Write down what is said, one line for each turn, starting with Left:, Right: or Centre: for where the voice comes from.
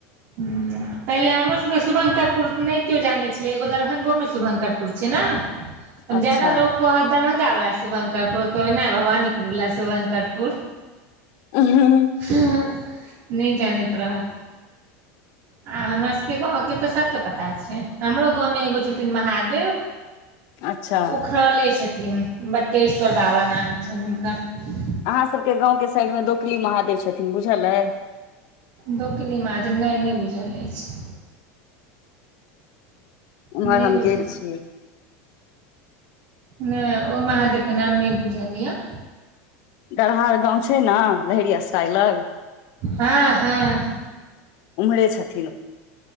Right: हूं पहिले हमरोसभके शुभंकरपुर नहि केओ जानै छलै एगो दरभंगोमे शुभङंकरपुर छै ने त
Left: अच्छा
Right: ज्यदा लोक कहत दरभंगा वला शुभंकरपुर कहबै नहि भवानीपुर वला शुभंकरपुर
Left: अहं
Right: हं नहि जानैत रहत आ हमर सभके गाँवके तऽ सभके पता छै हमरो गाँवमे एगो छथिन महादेव
Left: अच्छा
Right: खरले छथिन बट्टेश्वर बाबा नाम छनि हुनकर
Left: अहाँ सबके गाँंव के साइड मे दोकली महादेव छथिन बुझल अय
Right: दोकली मादेम नहि नहि बुझल अछि
Left: उम्हर
Right: नहि
Left: हम
Right: बुझल
Left: गेल छियै
Right: नहि ओ महादेव के नाम नहि बुझल य
Left: दरहार गाँव छै ने लहेरिया सराइ लग
Right: हँ हँ
Left: उम्हरे छथिन